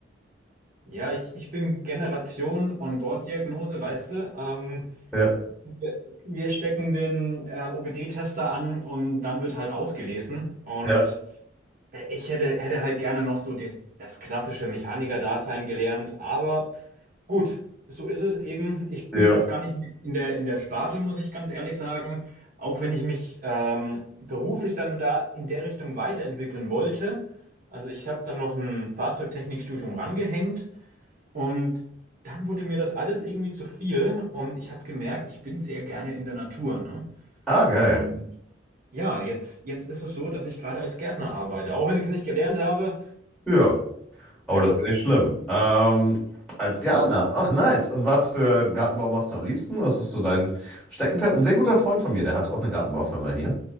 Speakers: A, on the right; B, in the centre.
A: Ja, ich, ich bin Generation On-Board-Diagnose, weißt du? Ähm,
B: Ja,
A: Wir wir stecken den äh, OBD-Tester an und dann wird halt ausgelesen. Und
B: ja,
A: äh, ich hätte, hätte halt gerne noch so das, das klassische Mechaniker-Dasein gelernt. Aber gut, so ist es eben. Ich bin
B: ja.
A: auch gar nicht in der, in der Sparte, muss ich ganz ehrlich sagen. Auch wenn ich mich ähm, beruflich dann da in der Richtung weiterentwickeln wollte. Also ich habe dann noch ein Fahrzeugtechnikstudium rangehängt. Und dann wurde mir das alles irgendwie zu viel und ich habe gemerkt, ich bin sehr gerne in der Natur, ne?
B: Ah, geil.
A: Und ja, jetzt, jetzt ist es so, dass ich gerade als Gärtner arbeite, auch wenn ich es nicht gelernt habe.
B: Ja, aber
A: Ja,
B: das ist ja nicht schlimm. Ähm, als Gärtner. Ach, nice. Und was für einen Gartenbau machst du am liebsten? Was ist so dein Steckenpferd? Ein sehr guter Freund von mir, der hat auch eine Gartenbaufirma hier.